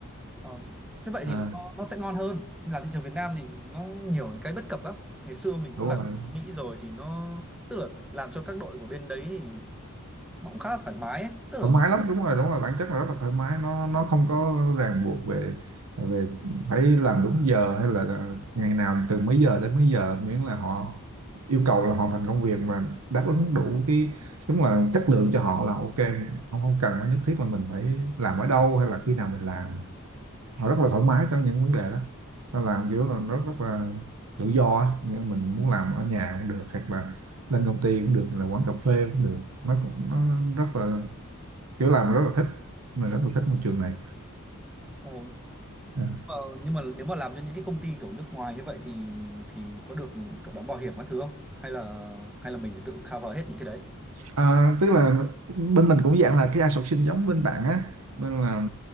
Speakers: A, in the centre; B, on the right.
A: Ờ, thế vậy
B: à,
A: thì nó, nó sẽ ngon hơn làm thị trường Việt Nam thì nó nhiều cái bất cập lắm ngày xưa mình cũng
B: đúng
A: làm
B: rồi
A: ở Mỹ rồi thì nó tức là làm cho các đội của bên đấy thì nó cũng khá là thoải mái ấy. tức là
B: thoải mái lắm đúng rồi đúng rồi bản chất là rất là thoải mái nó nó không có ràng buộc về về phải làm đúng giờ hay là ngày nào từ mấy giờ đến mấy giờ miễn là họ yêu cầu là hoàn thành công việc và đáp ứng đủ cái đúng là chất lượng cho họ là ok không không cần phải nhất thiết là mình phải làm ở đâu hay là khi nào mình làm họ rất là thoải mái trong những vấn đề đó ta làm kiểu là nó rất là tự do á. Nghĩa là mình muốn làm ở nhà cũng được hoặc là lên công ty cũng được hay là quán cà phê cũng được nó cũng nó rất là kiểu làm rất là thích mình rất là thích môi trường này
A: ồ,
B: Ừ.
A: ờ, nhưng mà nếu mà làm cho những cái công ty kiểu nước ngoài như vậy thì thì có được kiểu đóng bảo hiểm các thứ không hay là hay là mình phải tự cover hết những cái đấy
B: à, tức là bên mình cũng dạng là cái outsourcing giống bên bạn á nên là